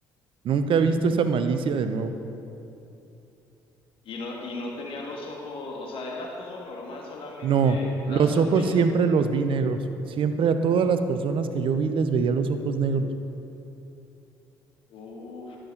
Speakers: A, on the right; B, on the left.
A: Nunca he visto esa malicia de nuevo.
B: Y no, y no tenía los ojos, o sea, era todo normal, solamente
A: No,
B: la
A: los
B: sonrisa.
A: ojos siempre los vi negros. Siempre a todas las personas que yo vi les veía los ojos negros.
B: Uf,